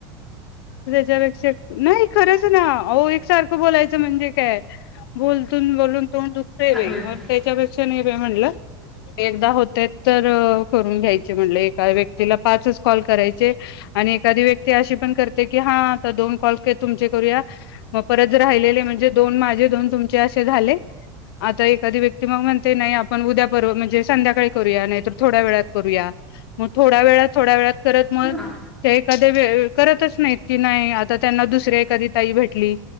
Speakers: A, on the left; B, in the centre.
A: त्याच्या पेक्षा नाही खरंच ना. अहो एकसारख बोलायच म्हणजे काय बोलतून बोलून तोंड दु
B: होय होय
A: मग त्याच्यापेक्षा न बयी म्हणल एकदा होतय तर करून घ्यायचे म्हणल. एका व्यक्तीला पाचच कॉल करायचे. आणि एखादी व्यक्ती अशी पण करते की, हा आता दोन कॉल तुमचे करूया. मग परत जर राहिलेले म्हणजे दोन माझे दोन तुम हे असे झाले. आता एखादी व्यक्ती मग म्हणते आपण उद्या, परवा म्हणजे संध्याकाळी करूया. नाहीर थोड्या वेळात करूया. मग थोड्या वेळात थोड्या वेळात करत मग
B: हां
A: ते एखादे वेळी करतच नाहीत. की नाही आता त्यांना दुसऱ्या एखादी ताई भेटली.